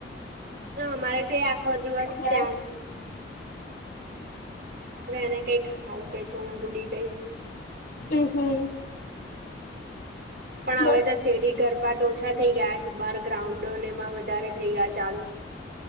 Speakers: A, on the right; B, on the left.
A: ના અમારે તો આખો દિવસ
B: કેવાય
A: ત્યાં જ. હ, એને કઈ સારુ કે છે, હું ભૂલી ગઈ.
B: હમ, હમ.
A: પણ
B: બોલ
A: હવે તો શેરી ગરબા તો ઓછા થઈ ગયા છે, બાર ગ્રાઉન્ડોને એમાં વધારે થઈ ગયા ચાલુ